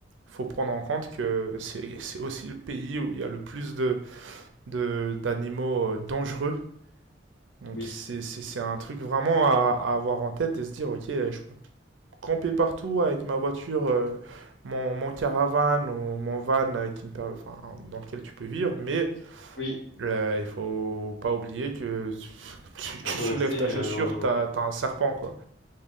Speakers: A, on the right (about 85°); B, on the left (about 80°).
A: Faut prendre en compte que c'est c'est aussi le pays où il y a le plus de, de d'animaux euh, dangereux. Donc
B: Oui,
A: c'est c'est- c'est un truc vraiment à, à avoir en tête et se dire, ok, euh, je peux camper partout avec ma voiture, euh, mon, mon caravane ou mon van euh, qui me per- enfin, dans lequel tu peux vivre, mais
B: oui,
A: euh, il faut pas oublier que <laughs> tu, tu
B: ça peut
A: soulèves
B: rester
A: ta chaussure,
B: euh, dangereux.
A: t'as, t'as un serpent, quoi.